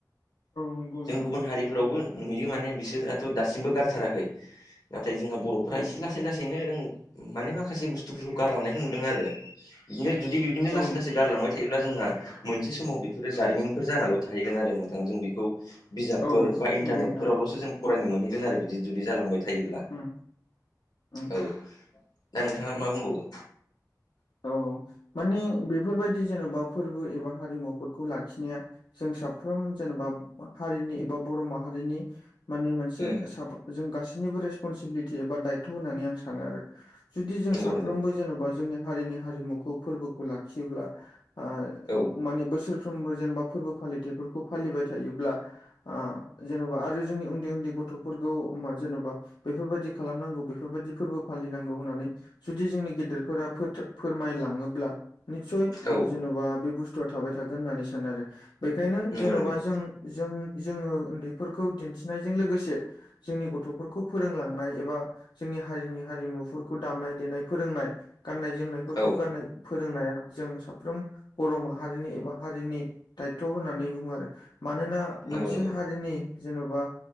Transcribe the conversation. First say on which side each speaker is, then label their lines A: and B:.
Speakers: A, on the left; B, on the left.
A: नंगौ नोंथां
B: जों गुबुन हारिफोरावबो नुयो माने बिसोरथ' दासिमबो गारथाराखै नाथाय जोंहा बर'फ्रा
A: औ
B: एसे लासै लासै लासैनो ओं माने माखासे बुस्थुफोरखौ गारलांनायखौ नुदों आरो। बिदिनो जुदि बिदिनो
A: औ
B: लासै-लासै गारलांबाय थायोब्ला जोंहा मोनसे समाव बेफोरो जारिमिन फोर जानाल' थाहैगोन आरो नोंथां बेखौ बिजाबफोर
A: औ
B: बा इन्टारनेटफोरावल'सो
A: नंगौ नोंथां
B: जों फरायनो मोनहैगोन आरो बिदि जुदि जालांबाय थायोब्ला
A: उम उम
B: औ। दा नोंथाङा मा बुंबावो।
A: औ माने बेफोरबायदि जेन'बा फोरबो एबा हारिमुफोरखौ लाखिनाया जों साफ्रोम जेनेबा हारिनि एबा बर' माहारिनि माने मोनसे
B: उम
A: साबा जों गासैनिबो रेसपनसिबिलिटि एबा दायथ' होननानै आं सानो आरो। जुदि जों
B: नंगौ
A: साफ्रोमबो
B: नंगौ
A: जेन'बा जोंनि हारिनि हारिमुखौ फोरबोखौ लाखियोब्ला ओ
B: औ
A: माने बोसोरफ्रोमबो जेनेबा फोरबो फालिथायाइफोरखौ फालिबाय थायोब्ला आं जेन'बा आरो जोंनि उन्दै-उन्दै गथ'फोरखौ मा जेन'बा बेफोरबायदि खालामनांगौ बेफोरबायदि फोरबो फालिनांगौ होननानै जुदि जोंनि गेदेरफोरा फो फोरमायलाङोब्ला नितसय
B: औ
A: जेन'बा बे बुस्थुआ थाबाय थागोन होननानै सानो आरो। बेखायनो
B: नंगौ
A: जेन'बा
B: नंगौ
A: जों-जों जोङो उन्दैफोरखौ दिन्थिनायजों लोगोसे जोंनि गथ'फोरखौ फोरोंलांनाय एबा जोंनि हारिनि हारिमुफोरखौ दामनाय देनाय फोरोंनाय गान्नाय जोमनायफोरखौ
B: औ
A: गाननाय फोरोंनाया जों साफ्रोम बर' माहारिनि एबा हारिनि दायथ' होननानै बुङो आरो। मानोना
B: नंगौ
A: मोनसे
B: नंगौ
A: हारिनि जेन'बा